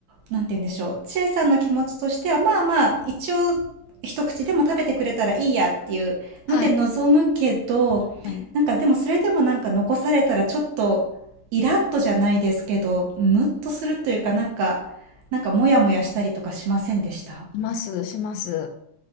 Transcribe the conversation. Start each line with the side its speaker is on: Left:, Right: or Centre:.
Right: う、なんて言うんでしょう。千恵さんの気持ちとしては、まあまあ、一応一口でも食べてくれたらいいやっていうので望むけど、
Left: はい。はい。
Right: なんかでもそれでもなんか残されたらちょっとイラッとじゃないですけど、ムッとするというかなんか、なんかモヤモヤしたりとかしませんでした
Left: います、します。